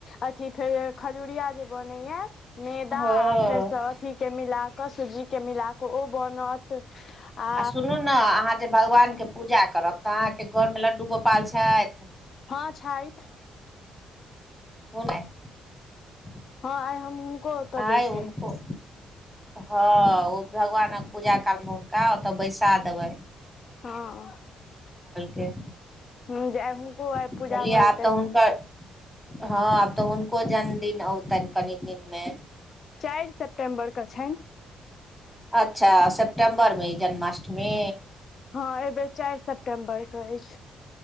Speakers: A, on the left (about 50°); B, in the centre.
A: अथी फेर खजूरिया जे बनेया मैदा
B: हँ
A: आ फेरसँ अथीके मिला कऽ सुजी के मिला कऽ ओ बनत तऽ आ
B: सुनू ने अहाँ जे भगवान के पूजा करब तऽ अहाँके घर मे लड्डू गोपाल छथि
A: हँ छथि
B: <unintelligible>
A: हँ आइ हम हुनको ओतऽ
B: आय
A: बैसेबैन
B: हुनको हँ ओ भगवानक पूजा काल मे हुनका ओतऽ बैसा देबैन
A: हँ
B: के
A: ह जे हुनको आय
B: बुझलियै
A: पूजा भऽ जेतनि
B: आब तऽ हुनकर हँ आब तऽ हुनको जन्मदिन औतनि कनि दिन मे
A: चारि सेप्टेम्बर के छनि
B: अच्छा सेप्टेम्बर मे ई जन्माष्टमी
A: हँ एहिबेर चारि सेप्टेम्बर कऽ अछि